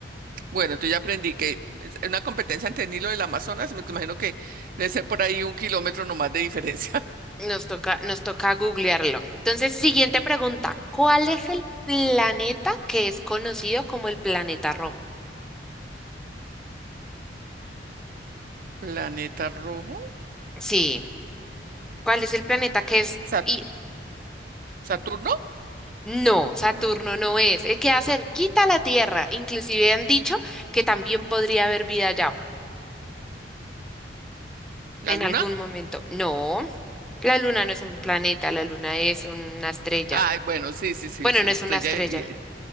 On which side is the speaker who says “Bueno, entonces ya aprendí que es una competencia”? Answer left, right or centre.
Right